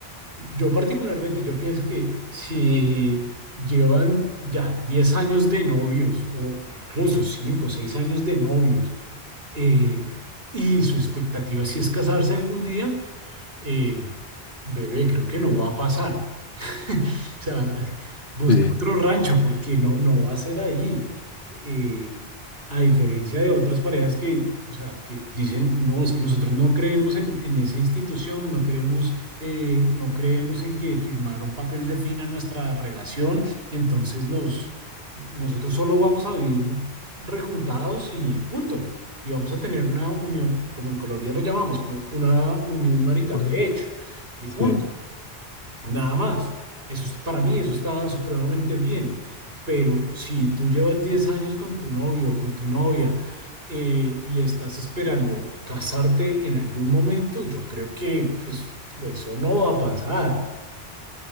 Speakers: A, on the right (about 65°); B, on the left (about 70°).
A: Yo particularmente, yo pienso que si llevan ya 10 años de novios o incluso 5 o 6 años de novios eh, y su expectativa si es casarse algún día, eh, bebé, creo que no va a pasar. <laughs> O sea, busca
B: Sí,
A: otro rancho porque no, no va a ser ahí eh, a diferencia de otras parejas que, o sea, que dicen, no, es que nosotros no creemos en, en esa institución, no queremos, eh, no creemos en que firmar un papel defina nuestra relación, entonces nos, nosotros solo vamos a vivir rejuntados y punto. Y vamos a tener una unión, como en Colombia lo llamamos, como una unión marital
B: bueno,
A: de hecho, y punto.
B: sí,
A: Nada más. Eso es- para mí eso está supremamente bien. Pero si tú llevas 10 años con tu novio o con tu novia eh, y estás esperando casarte en algún momento, yo creo que pues, eso no va a pasar.